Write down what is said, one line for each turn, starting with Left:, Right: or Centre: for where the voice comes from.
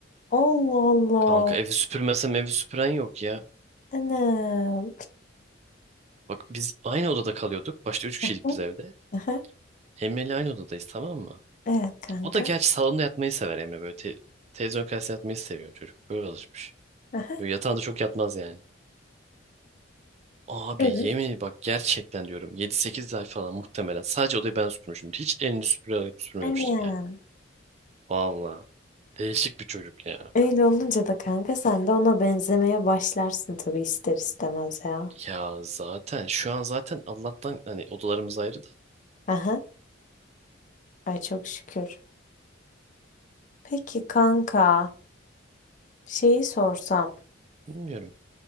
Left: Allah Allah.
Right: Kanka evi süpürmesem evi süpüren yok ya.
Left: Anam.
Right: Bak biz aynı odada kalıyorduk. Başta üç kişilik
Left: Aha,
Right: biz evde.
Left: aha.
Right: Emre ile aynı odadayız tamam mı?
Left: Evet kanka.
Right: O da gerçi salonda yatmayı sever Emre böyle. Te televizyon karşısında yatmayı seviyor çocuk. Böyle alışmış.
Left: Aha.
Right: Böyle yatağında çok yatmaz yani. Abi
Left: Evet.
Right: yemin ederim bak gerçekten diyorum yedi sekiz ay falan muhtemelen sadece odayı ben süpürmüşüm. Hiç elini süpüre alıp süpürmemiştir
Left: Anam.
Right: yani. Valla değişik bir çocuk ya.
Left: Öyle olunca da kanka sen de ona benzemeye başlarsın tabii ister istemez ya.
Right: Ya zaten şu an zaten Allah'tan hani odalarımız ayrı da
Left: Aha. Ay çok şükür. Peki kanka şeyi sorsam.
Right: bilmiyorum.